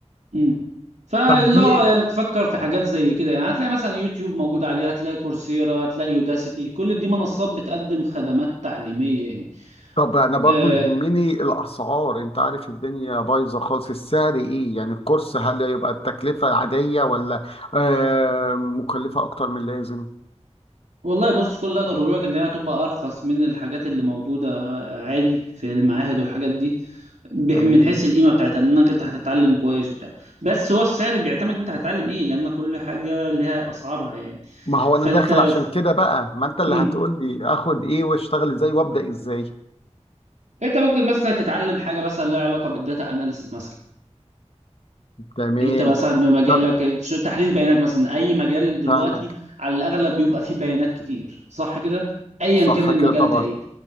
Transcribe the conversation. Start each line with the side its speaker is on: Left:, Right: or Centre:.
Right: مم. فلا
Left: طب دي
Right: يعني تفكر في حاجات زي كده يعني هتلاقي مثلا يوتيوب موجود عليه هتلاقي كورسيرا هتلاقي يوداسيتي كل دي منصات بتقدم خدمات تعليمية يعني
Left: طب انا برضو
Right: أه
Left: يهمني الاسعار انت عارف الدنيا بايظه خالص السعر ايه يعني الكورس هل يبقى التكلفه عاديه ولا آه مكلفه اكتر من اللازم
Right: والله بص كل اللي اقدر اقوله لك ان هي هتبقى ارخص من الحاجات اللي موجودة عادي في المعاهد والحاجات دي بح-
Left: تمام
Right: من حيث القيمة بتاعتها لانك انت هتتعلم كويس وبتاع بس هو السعر بيعتمد انت هتتعلم ايه لان كل حاجة لها اسعارها يعني
Left: ما هو
Right: فانت
Left: انا داخل عشان كده بقى ما انت اللي
Right: مم.
Left: هتقول لي اخد ايه واشتغل ازاي وابدا ازاي
Right: انت ممكن مثلا تتعلم حاجة مثلا لها علاقة بالداتا اناليسز مثلا
Left: تمام
Right: انت مثلا بمجالك
Left: طب
Right: شو تحليل بيانات مثلا اي مجال دلوقتي
Left: فاهمك
Right: على الاغلب بيبقى فيه بيانات كتير صح كده ايا
Left: صح
Right: كان المجال
Left: كده طبعا
Right: ده ايه